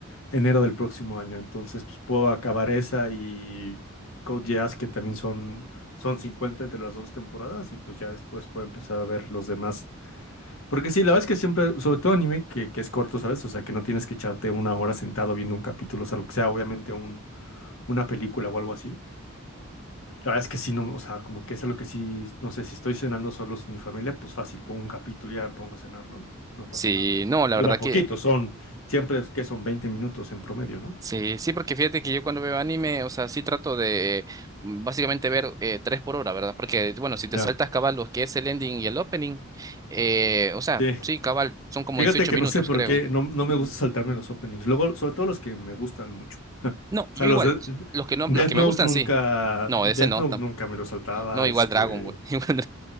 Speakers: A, on the left; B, on the right.
A: enero del próximo año. Entonces, pues puedo acabar esa y Code Geass, que también son, son 50 entre las dos temporadas y pues ya después puedo empezar a ver los demás. Porque sí, la verdad es que siempre, sobre todo anime, que, que es corto, ¿sabes? O sea, que no tienes que echarte una hora sentado viendo un capítulo, salvo que sea obviamente un, una película o algo así. La verdad es que sí, no, o sea, como que es algo que sí, no sé, si estoy cenando solo sin mi familia, pues fácil, pongo un capítulo y ya me pongo a cenar, ¿no? No pasa
B: Sí,
A: nada.
B: no, la
A: Dura
B: verdad
A: poquito,
B: que
A: son, siempre es que son 20 minutos en promedio, ¿no?
B: sí, sí, porque fíjate que yo cuando veo anime, o sea, sí trato de mm, básicamente ver eh, tres por hora, ¿verdad? Porque, bueno, si te
A: Ya.
B: saltas cabal lo que es el ending y el opening, eh, o sea,
A: Sí.
B: sí, cabal, son como
A: Fíjate
B: 18
A: que
B: minutos,
A: no sé por
B: creo.
A: qué, no, no me gusta saltarme los openings. Luego, sobre todo los que me gustan mucho.
B: No,
A: O
B: yo
A: sea, los
B: igual,
A: eh,
B: los que no,
A: Death
B: los que
A: Note
B: me gustan,
A: nunca,
B: sí. No,
A: Death
B: ese no,
A: Note
B: tam-
A: nunca me lo saltaba,
B: no, igual
A: este,
B: Dragon Ball. <laughs> Igual